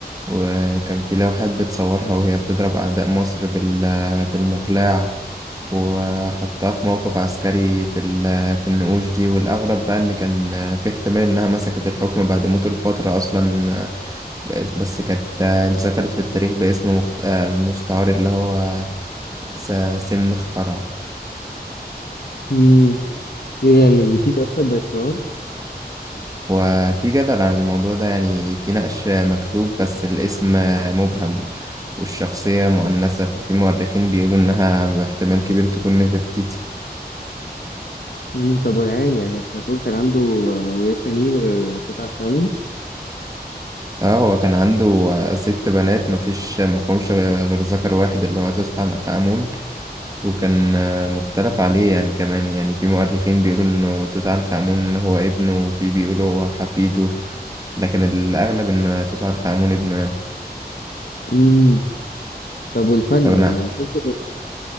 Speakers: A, on the right; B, on the left.
A: وكان في لوحات بتصورها وهي بتضرب أعداء مصر بال بالمقلاع وحطها في موقف عسكري في ال- في النقوش دي والأغرب بقى إن كان في احتمال إنها مسكت الحكم بعد موته لفترة أصلا بس بس كانت اتذكرت في التاريخ باسم مخت... مستعار اللي هو س- سمنخ قرع
B: مم. ايه يعني نفرتيتي أصلا بقت فرعون؟
A: وفي جدل عن الموضوع ده يعني في نقش مكتوب بس الاسم مبهم والشخصية مؤنثة ففي مؤرخين بيقولوا إنها احتمال كبير تكون نفرتيتي
B: امم طب والعيال يعني أخناتون كان عنده آه، ولاد تانيين غير توت عنخ آمون
A: اه هو كان عنده ست بنات مفيش مفهومش غير ذكر واحد اللي هو توت عنخ آمون وكان مختلف عليه يعني كمان يعني في مؤرخين بيقولوا إنه توت عنخ آمون هو ابنه وفي بيقولوا هو حفيده لكن الأغلب إن توت عنخ آمون ابنه يعني
B: امم طب والفن
A: طب أنا
B: يعني أنا شفت